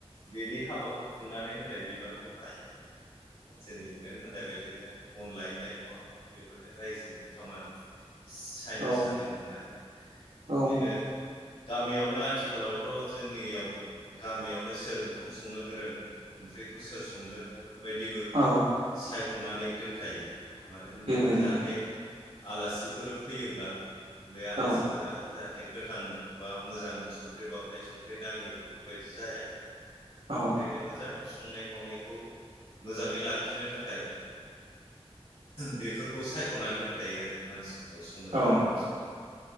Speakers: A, on the left; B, on the right.
A: बेनि हाबाखौ खुंनानै होनाय बिबानखौ लायो जेरै' नों होननाय बाय बिदिनो अन लायनाय नङा होमबा बेफोरनो रायजोनि खामानि सायना
B: औ
A: सालि लुनाय
B: औ
A: बिदिनो। गामियावनो आथिखालावथ' जोंनियाव गामियावनो सोर ओंखाम संनो गोरों ओंख्रिखौ सोर संगोन बेफोरबायदिबो
B: औ
A: साय ख'नानै दोनखायो मानो होनबा
B: देनो
A: जाहाथे
B: देनो
A: आलासिफोर फैयोब्ला बे आलासिफोरा
B: औ
A: जाहाथे गोथां बा मोजां संख्रि बाबनाय संख्रि नाङि बेफोरबायदि जाया बेनिखायनो
B: औ
A: मोजां संनाय खावनायखौ मोजाङै लाखिनो थाखाय बेफोरखौ सायख'नानै दोनखायो आरो। मानसिफोरखौ संनो गोरों
B: औ
A: मानसिफोरखौ